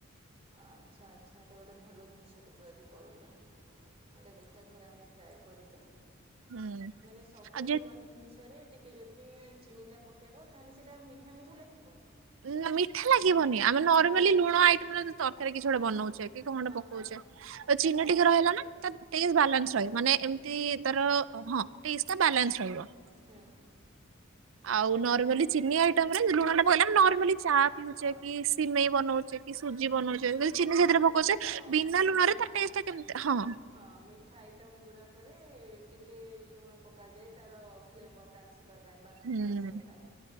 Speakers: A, on the right; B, on the right.
A: ଆଚ୍ଛା ଆଚ୍ଛା ଏଇଟା ଗୋଟେ ଭଲ ଜିନିଷଟେ ତୁ ଆଜି କହିଲୁ। ଟା ଦେଖିବା ଥରେ ଆମେ ଟ୍ରାଏ କରିବି
B: ହୁଁ
A: ମାନେ ସବୁ
B: ଆଉ ଯେ
A: ଲୁଣ ଜିନିଷରେ ଟିକେ ଯଦି ଚିନିଟା ପକେଇବ ତାହେଲେ ସେଇଟା ମିଠା ମିଠା ଲାଗିବନି?
B: ନା ମିଠା ଲାଗିବନି ଆମେ ନର୍ମାଲି ଲୁଣ ଆଇଟମ ତରକାରୀ କିଛି ଗୋଟେ ବନଉଛେ କି କଣ
A: ହଁ
B: ଗୋଟେ ପକଉଚେ
A: ହଁ
B: ଆ ଚିନି
A: ହଁ
B: ଟିକେ
A: ହଁ
B: ରହିଲା ନା। ତା ଟେଷ୍ଟ ବାଲାନ୍ସ ରହିବ ମାନେ ଏମତି ତାର ହଁ ଟେଷ୍ଟ ଟା ବାଲାନ୍ସ ରହିବ।
A: ହୁଁ।
B: ଆଉ ନର୍ମାଲି ଚିନି ଆଇଟମ ରେ ଲୁଣ ଟା ପକେଇଲେ ନରମାଲି ଚା ପିଉଚେ
A: ହଁ
B: କି ସିମେଇ ବନଉଛେ କି ସୁଜି
A: ହୁଁ
B: ବନଉଛେ
A: ହୁଁ
B: ଯି ଚିନି ସେଥିରେ
A: ହଁ
B: ପକଉଛେ
A: ହଁ ହଁ
B: ବିନା
A: ମିଠା
B: ଲୁଣରେ
A: ଆଇ-
B: ତାର ଟେ ଟେଷ୍ଟ ଟା କେମିତି ହଁ।
A: ହଁ ମିଠା ଆଇଟମ୍ ଗୁଡ଼ାକରେ ଟିକେ ଲୁଣ ପକାଯାଏ ତାର ଫ୍ଲେଭର୍ ଆସିବା ପାଇଁ ବାଲାନ୍ସ
B: ହୁଁ
A: ଟା ଆସିବା ପାଇଁ